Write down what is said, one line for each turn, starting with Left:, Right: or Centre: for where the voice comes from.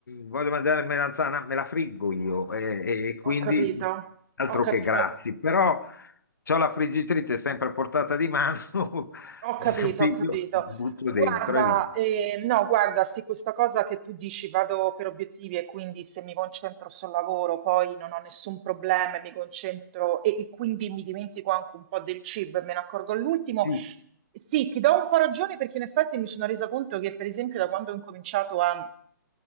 Left: voglio mangiare melanzana, me la friggo io, eh, e quindi
Right: ho capito,
Left: altro
Right: ho
Left: che
Right: capito.
Left: grassi, però c'ho la friggitrice sempre a portata di mano,
Right: Ho capito,
Left: <laughs> quindi
Right: ho capito.
Left: io butto
Right: Guarda,
Left: dentro e via.
Right: eh, no, guarda, sì, questa cosa che tu dici vado per obiettivi e quindi se mi concentro sul lavoro poi non ho nessun problema, e mi concentro e, e quindi mi dimentico anche un po' del cibo e me ne accorgo all'ultimo.
Left: Sì,
Right: Sì, ti do un po' ragione perché in effetti mi sono resa conto che per esempio da quando ho incominciato a,